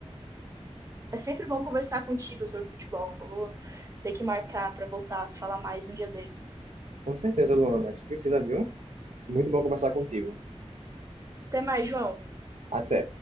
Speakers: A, on the right; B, on the right.
A: é sempre bom conversar contigo sobre futebol. Vamos ter que marcar pra voltar a falar mais um dia desses.
B: Com certeza, Luana. A gente precisa, viu? Muito bom conversar contigo.
A: Até mais, João.
B: Até.